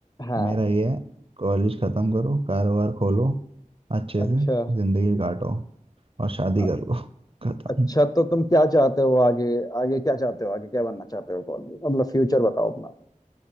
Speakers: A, on the left; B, on the right.
A: हाँ
B: मेरा ये है कॉलेज खत्म करो कारोबार खोलो अच्छे
A: अच्छा
B: से जिंदगी काटो और शादी
A: अ-
B: कर लो <laughs> खत्म
A: अच्छा तो तुम क्या चाहते हो आगे आगे क्या चाहते हो आगे क्या बनना चाहते हो कॉलेज में? मतलब फ्यूचर बताओ अपना